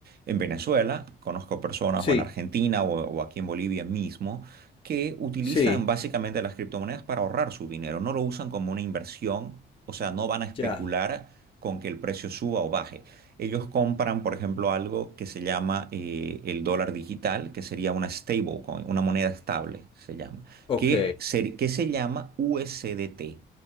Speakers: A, on the right; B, on the left.
A: en Venezuela, conozco personas,
B: Sí.
A: o en Argentina, o, o aquí en Bolivia mismo, que utilizan
B: Sí.
A: básicamente las criptomonedas para ahorrar su dinero, no lo usan como una inversión, o sea, no van a especular
B: Ya.
A: con que el precio suba o baje. Ellos compran, por ejemplo, algo que se llama eh, el dólar digital, que sería una stablecoin, una moneda estable, se llama,
B: Ok.
A: que se, que se llama USDT.